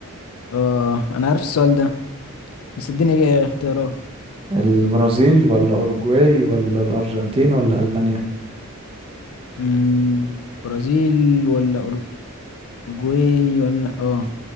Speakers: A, on the left; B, on the right.
A: اه أنا عارف السؤال ده بس اديني اختيارات
B: البرازيل ولا اوروجواي ولا الارجنتين ولا المانيا
A: أمم، برازيل ولا أوروجواي ولا اه